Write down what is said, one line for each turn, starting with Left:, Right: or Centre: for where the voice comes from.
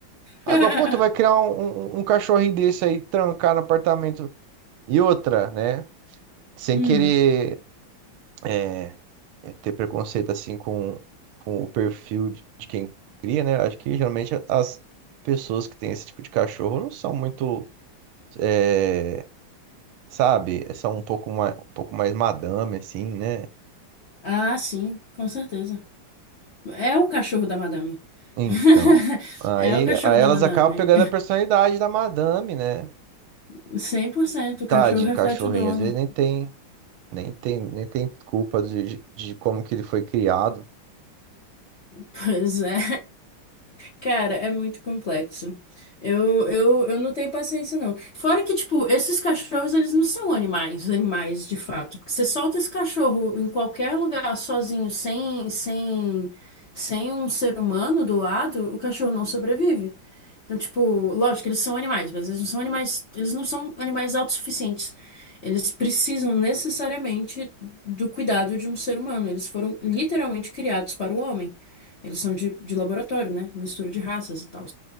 Right: Agora,
Left: <laughs>
Right: pô, tu vai criar um, um, um um cachorrinho desse aí, trancar no apartamento. E outra, né? Sem
Left: Hum.
Right: querer é, é, ter preconceito assim com, com o perfil de, de quem cria, né? Acho que geralmente as pessoas que têm esse tipo de cachorro não são muito. é, sabe? São um pouco mais, um pouco mais madame, assim, né?
Left: Ah, sim, com certeza. É o cachorro da madame.
Right: Então,
Left: <laughs>
Right: aí,
Left: É o cachorro
Right: aí
Left: da
Right: elas
Left: madame.
Right: acabam pegando a personalidade da madame, né?
Left: <laughs> cem por cento o cachorro
Right: Tadinho,
Left: reflete
Right: cachorrinho,
Left: o dono.
Right: às vezes nem tem, nem tem, nem tem culpa de, de de como que ele foi criado.
Left: Pois é. Cara, é muito complexo. Eu, eu, eu não tenho paciência, não. Fora que, tipo, esses cachorros, eles não são animais, animais de fato. Porque você solta esse cachorro em qualquer lugar sozinho, sem, sem, sem um ser humano do lado, o cachorro não sobrevive. Então, tipo, lógico, eles são animais, mas eles não são animais, eles não são animais autossuficientes. Eles precisam necessariamente do cuidado de um ser humano. Eles foram literalmente criados para o homem. Eles são de, de laboratório, né? Mistura de raças e tal.